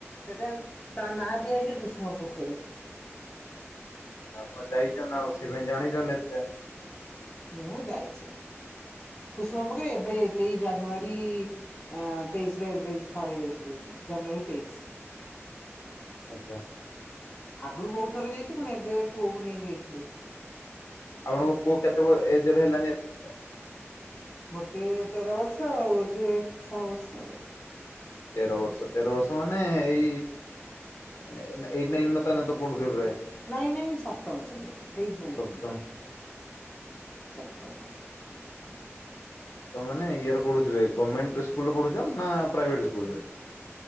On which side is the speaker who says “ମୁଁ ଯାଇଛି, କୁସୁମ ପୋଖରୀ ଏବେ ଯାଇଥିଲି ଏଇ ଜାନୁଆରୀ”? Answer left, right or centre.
Left